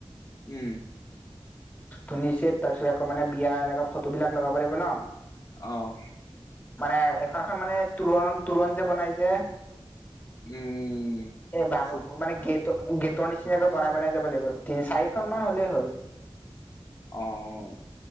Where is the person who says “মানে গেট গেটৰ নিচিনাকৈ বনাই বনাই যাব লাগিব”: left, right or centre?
Left